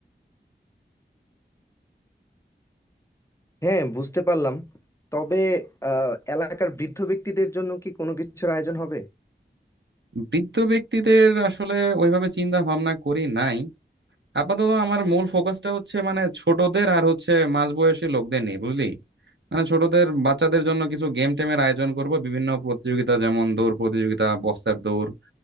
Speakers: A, on the left (about 15°); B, on the right (about 80°).
A: হ্যাঁ বুঝতে পারলাম তবে আহ, এলাকার বৃদ্ধ ব্যক্তিদের জন্য কি কোনো কিছুর আয়োজন হবে
B: বৃদ্ধ ব্যক্তিদের আসলে ওইভাবে চিন্তা ভাবনা করি নাই আপাতত আমার মূল ফোকাসটা হচ্ছে মানে ছোটদের আর হচ্ছে মাঝবয়সী লোকদের নিয়ে বুঝলি মানে ছোটদের বাচ্চাদের জন্য কিছু গেম টেমের আয়োজন করব বিভিন্ন প্রতিযোগিতা যেমন দৌড় প্রতিযোগিতা বস্তার দৌড়